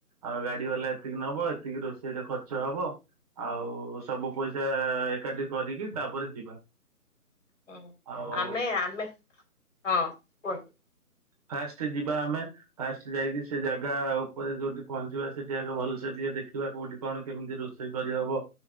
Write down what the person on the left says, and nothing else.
ହୁଁ,
ଆମେ ଆମେ ହଁ କୁହନ୍ତୁ।